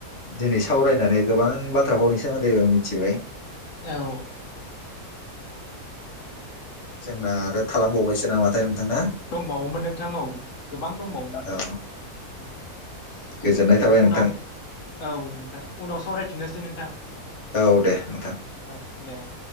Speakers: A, on the left (about 25°); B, on the left (about 60°).
A: दिनै सावरायनानै गोबां बाथ्राखौनि सोमोन्दै आं मिथिबाय।
B: औ।
A: जोंना आरो थालांबावबायसो नामाथाय। नोंथां ना
B: दंबावोमोन नोंथां औ गोबां दंबावोमोन ।
A: औ गोजोननाय थाबाय नोंथां
B: उनाव औ नोंथां उनाव सावरायफिननोसै नोंथां
A: औ दे नोंथां।
B: औ दे।